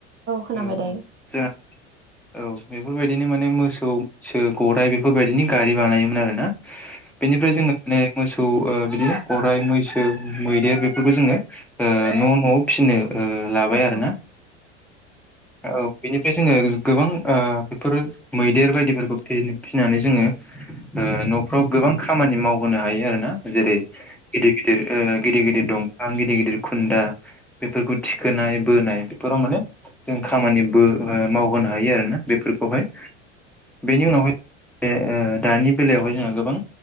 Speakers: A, on the right; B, in the centre.
A: खोनाबाय
B: औ
A: दायो
B: औ जों औ बे बेफोरबायदिनो माने मोसौसो गराइ बेफोरबायदिनि गारि बानायोमोन आरोना बेनिफ्राय जोङो माने मोसौ ओ बिदिनो गराइ मैसो मैदेर बेफोरखौ जोङो ओ न' न'आव फिनो ओ लाबाय
A: औ
B: आरोना औ बेनिफ्राय जोङो गोबां ओ बेफोर मैदेर बायदिफोरखौ फिन- फिनानै जोङो ओ न'फ्राव गोबां खामानि मावहोनो हायो आरो ना जेरै गिदिर गिदिर ओ गिदिर गिदिर दंफां गिदिर गिदिर खुन्दा बेफोरखौ थिखोनाय बोनाय बेफोराव मा ने जों खामानिबो मावहोनो हायो आरोना बेफोरखौहाय बेनि उनावहाय <unintelligible> ओ दानि बेलायावहाय जोङो गोबां